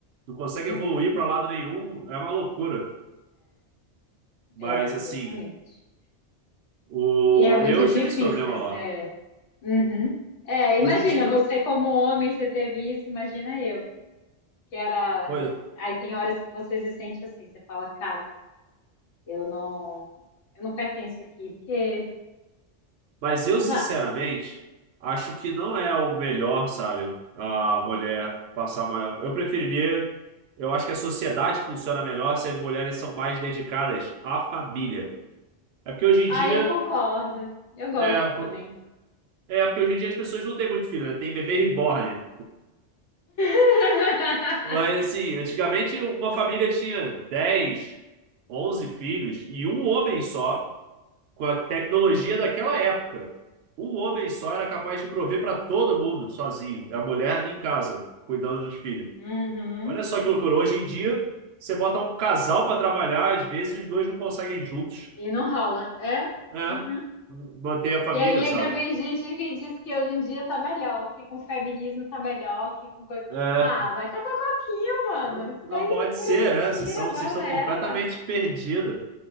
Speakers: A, on the right; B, on the left.
A: não consegue
B: Uhum.
A: evoluir para lado nenhum, é uma loucura. Mas
B: É,
A: assim,
B: exatamente.
A: o,
B: E é muito
A: eu
B: difícil
A: tive esse problema lá.
B: você. Uhum. É,
A: Hoje
B: imagina,
A: em dia,
B: você como homem, você teve isso, imagina eu, que era.
A: pois,
B: Aí tem horas que você se sente assim, você fala, cara, eu não, eu não pertenço aqui, porque
A: Mas
B: não
A: eu, sinceramente,
B: dá.
A: acho que não é o melhor, sabe? A mulher passar maior. Eu preferiria. Eu acho que a sociedade funciona melhor se as mulheres são mais dedicadas à família. É porque hoje
B: Ah,
A: em dia.
B: eu concordo. Eu gosto
A: É, po-
B: também.
A: é porque hoje em dia as pessoas não têm muito filho, né? Tem bebê reborn.
B: <laughs>
A: Mas assim, antigamente uma família tinha dez 11 filhos e um homem só. com a tecnologia daquela época. Um homem só era capaz de prover para todo mundo, sozinho. É A mulher em casa, cuidando dos filhos.
B: Uhum.
A: Olha só que loucura. Hoje em dia, você bota um casal para trabalhar, às vezes os dois não conseguem juntos,
B: E não rola. É?
A: né?
B: Uhum.
A: Manter a família,
B: E aí ainda
A: sabe?
B: vem gente que diz que hoje em dia tá melhor, que com feminismo tá melhor, que com coisa.
A: É,
B: Ah, vai catar coquinho, mano.
A: não
B: Isso
A: não
B: daí
A: pode
B: é pura
A: ser,
B: mentira,
A: né? Vocês são, vocês
B: valela.
A: estão completamente perdidos.